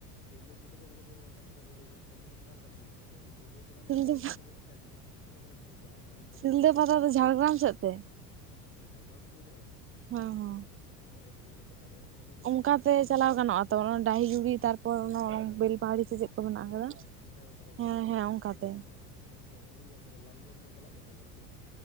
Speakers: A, on the left (about 85°); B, on the right (about 30°).
A: ᱥᱤᱞᱫᱟᱹ ᱪᱤᱛᱟᱹ ᱠᱤᱛᱟᱹ ᱠᱟᱛᱮ ᱚᱱᱠᱟᱱ ᱠᱟᱛᱷᱟ ᱵᱤᱱ ᱞᱟᱹᱭ ᱮᱫᱟ, ᱥᱤᱞᱫᱟᱹ ᱯᱟᱛᱟ ᱟᱠᱟ ᱞᱮᱠᱟ ᱛᱮᱵᱤᱱ ᱪᱟᱞᱟᱣ ᱮᱱᱟ, ᱩᱰᱟᱹᱡ- ᱪᱟᱞᱟᱣᱮᱱᱟ
B: ᱥᱤᱞᱫᱟᱹ
A: ᱵᱤᱱ ᱨᱟᱭᱯᱩᱨ ᱵᱟᱹᱵᱤᱱ ᱞᱮᱵᱮᱫ ᱞᱮᱫᱼᱟ, ᱪᱮᱠᱟ ᱛᱮ ᱵᱤᱱ ᱩᱰᱟᱹᱣ ᱪᱟᱞᱟᱣᱮᱱᱟ ᱟᱹᱵᱤᱱ ᱫᱚ?
B: ᱥᱤᱞᱫᱟᱹ ᱯᱟᱛᱟ
A: ᱦᱮᱸᱦᱮᱸ!
B: ᱫᱚ ᱡᱷᱟᱲᱜᱨᱟᱢ ᱥᱮᱫ ᱛᱮ
A: <unintelligible> ᱚᱱᱟ ᱡᱷᱟᱲᱜᱮᱨᱟᱢ ᱥᱮᱫ ᱛᱮᱵᱤᱱ ᱪᱟᱞᱟᱣ ᱞᱮᱱᱟ,
B: ᱦᱮᱸ ᱦᱮᱸ
A: ᱟᱪᱪᱷᱟ ᱟᱪᱪᱷᱟ ᱡᱟᱭᱦᱩᱠ ᱥᱤᱞᱫᱟᱹ ᱯᱟᱛᱟ ᱨᱮ ᱞᱟᱹᱰ-
B: ᱚᱱᱠᱟᱛᱮ ᱪᱟᱞᱟᱣ ᱜᱟᱱᱚᱜᱼᱟ ᱛᱚ ᱚᱱᱟ ᱰᱟᱹᱦᱤ ᱡᱩᱜᱤ ᱛᱟᱨᱯᱚᱨ ᱚᱱᱟ ᱚᱱᱟ ᱵᱮᱞᱯᱟᱦᱟᱲᱤ
A: ᱦᱩᱸ
B: ᱥᱮ ᱪᱮᱫ ᱠᱚ ᱢᱮᱱᱟᱜ
A: ᱮᱠᱫᱚᱢ
B: ᱟᱠᱟᱫᱟ?
A: ᱮᱠᱫᱚᱢ ᱦᱮᱸ ᱚᱱᱠᱟᱛᱮ ᱚᱱᱠᱟᱛᱮ
B: ᱦᱮᱸ
A: ᱜᱟᱱᱚᱜᱼᱟ,
B: ᱦᱮᱸ ᱚᱱᱠᱟᱛᱮ
A: ᱰᱟᱹᱦᱤ ᱡᱩᱲᱤ ᱞᱮᱠᱟ ᱛᱮᱦᱚᱸ ᱦᱮᱸ ᱟᱹᱞᱤᱧ ᱧᱮᱞ ᱟᱠᱟᱫᱟ ᱞᱟᱞᱜᱚᱲ ᱞᱤᱧ ᱪᱟᱞᱟᱜ ᱜᱮᱭᱟ ᱛᱚ ᱡᱚᱢᱮ ᱫᱤᱥ᱾